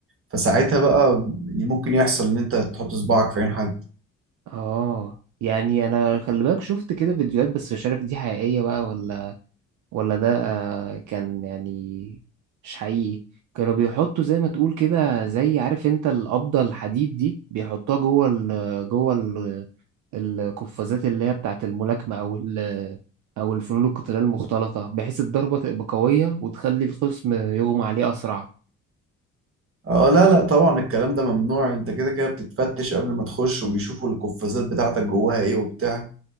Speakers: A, on the right; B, on the right.
A: فساعتها بقى يعني ممكن يحصل ان انت تحط صباعك في عين حد
B: اه يعني انا خلي بالك شفت كده فيديوهات بس مش عارف دي حقيقية بقى ولا ولا ده آه، كان يعني مش حقيقي كانوا بيحطوا زي ما تقول كده زي عارف انت القبضة الحديد دي بيحطوها جوه ال جوه ال القفازات اللي هي بتاعة الملاكمة أو ال أو الفنون القتالية المختلطة بحيث الضربة تبقى قوية وتخلي الخصم يغمى عليه أسرع
A: اه لا لا طبعا الكلام ده ممنوع انت كده كده بتتفتش قبل ما تخش وبيشوفوا القفازات بتاعتك جواها ايه وبتاع